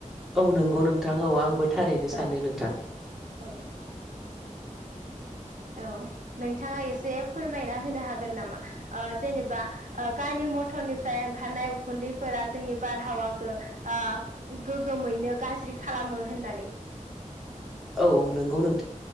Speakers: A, in the centre; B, on the right.
A: औ नंगौ नोंथां औ आंबो थारैनो सानो
B: औ
A: नोंथां
B: औ औ नोंथाङा एसे फोरमायना होनो हागोन नामा जेनेबा ओ गारि मटरनिफ्राय ओंखारनाय उखुन्दैफोरा जोंनि बारहावाखौ ओ गोग्गोमैयैनो गा गाज्रि खालामो होननानै
A: औ औ नंगौ नों